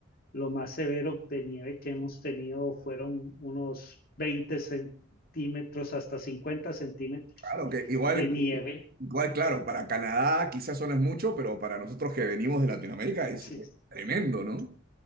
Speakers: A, on the left; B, on the right.
A: lo más severo de nieve que hemos tenido fueron unos 20 centímetros hasta 50 centímetros
B: claro, que igual,
A: de nieve
B: igual, claro, para Canadá quizás eso no es mucho, pero para nosotros que venimos de Latinoamérica es,
A: Sí,
B: es tremendo, ¿no?